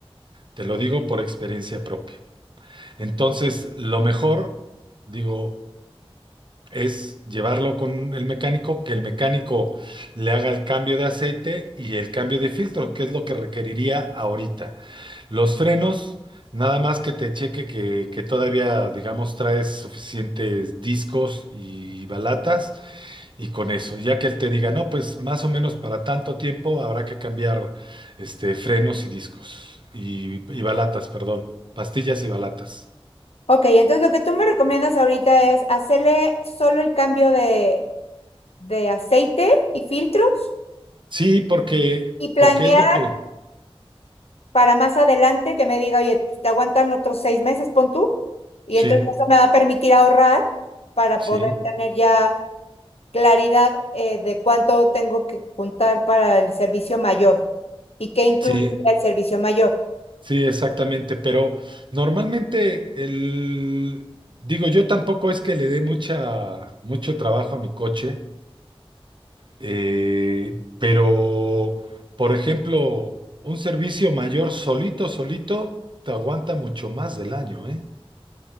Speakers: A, on the right; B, on the left.
A: Te lo digo por experiencia propia. Entonces, lo mejor, digo, es llevarlo con el mecánico, que el mecánico le haga el cambio de aceite y el cambio de filtro, que es lo que requeriría ahorita. Los frenos, nada más que te cheque que, que todavía, digamos, traes suficientes discos y balatas y con eso, ya que él te diga, no, pues más o menos para tanto tiempo habrá que cambiar este, frenos y discos y, y balatas, perdón, pastillas y balatas.
B: Ok, entonces lo que tú me recomiendas ahorita es hacerle solo el cambio de, de aceite y filtros
A: Sí, porque,
B: y planear
A: porque es lo que...
B: para más adelante que me diga, oye, pues, te aguantan otros seis meses, pon tú. Y entonces
A: Sí,
B: eso me va a permitir ahorrar para
A: sí.
B: poder tener ya. claridad eh, de cuánto tengo que juntar para el servicio mayor y qué incluiría
A: Sí,
B: el servicio mayor.
A: sí, exactamente, pero normalmente el, digo, yo tampoco es que le dé mucha, mucho trabajo a mi coche, eh, pero, por ejemplo, un servicio mayor solito, solito, te aguanta mucho más del año, ¿eh?